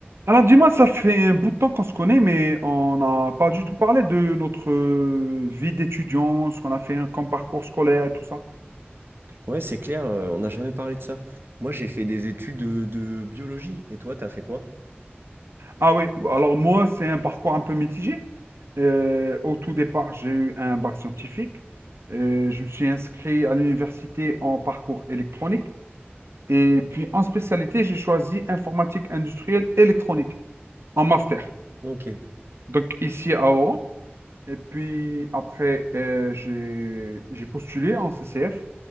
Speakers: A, on the right; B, on the right.
A: Alors dis-moi, ça fait un bout de temps qu'on se connaît, mais on n'a pas du tout parlé de notre euh, vie d'étudiant, ce qu'on a fait hein, comme parcours scolaire et tout ça.
B: Ouais, c'est clair, euh, on n'a jamais parlé de ça. Moi, j'ai fait des études de, de biologie. Et toi, t'as fait quoi?
A: Ah oui, alors moi, c'est un parcours un peu mitigé. Euh, au tout départ, j'ai eu un bac scientifique. Euh, je me suis inscrit à l'université en parcours électronique. Et puis en spécialité, j'ai choisi informatique industrielle électronique en master.
B: Ok.
A: Donc ici à Oran. Et puis après, euh, j'ai j'ai postulé en CCF,